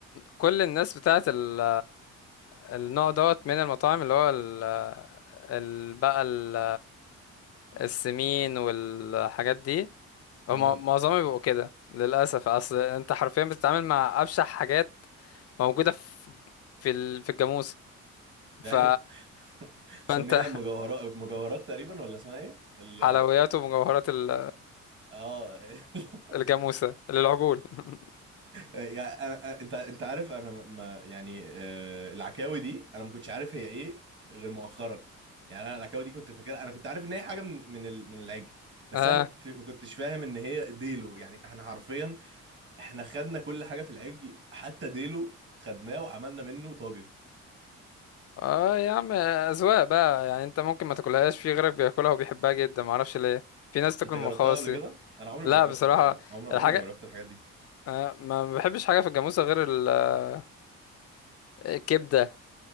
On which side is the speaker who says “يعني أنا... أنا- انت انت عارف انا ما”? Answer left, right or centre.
Right